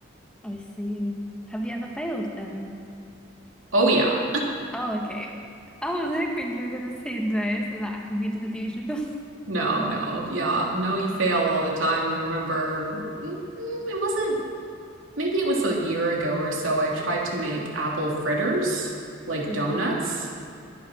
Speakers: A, in the centre; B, on the right.
A: I see. Have you ever failed then?
B: Oh, yeah.
A: Oh, okay. I was hoping you were gonna say no so that I can be delusional. <laughs>
B: No, no. Yeah. No, you fail all the time. I remember mm, it wasn't, maybe it was a year ago or so. I tried to make apple fritters, like
A: Nice.
B: donuts.